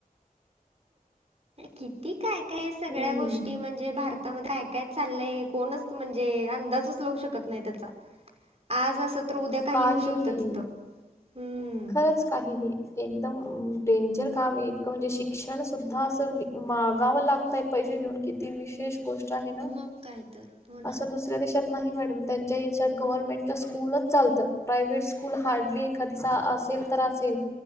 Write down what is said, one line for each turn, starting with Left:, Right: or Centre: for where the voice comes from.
Right: किती काय काय सगळ्या
Left: हम्म
Right: गोष्टी म्हणजे भारतामध्ये काय काय चाललंय कोणच म्हणजे अंदाजच लावू शकत नाही त्याचा आज अस तर उद्या काही
Left: काहीही
Right: होऊ शकत तिथ हम्
Left: खरंच काहीही एकदम डेंजर काम आहे इतकं म्हणजे शिक्षण सुद्धा अस मागावं लागत पैसे देऊन किती विशेष गोष्ट आहे ना
Right: मग काय तर. हो ना.
Left: असं दुसऱ्या देशात नाही मॅडम त्यांच्या याच्यात गव्हर्नमेंटच्या स्कूलच चालतात प्रायव्हेट स्कूल हार्डली एखादीचा जर असेल तर असेल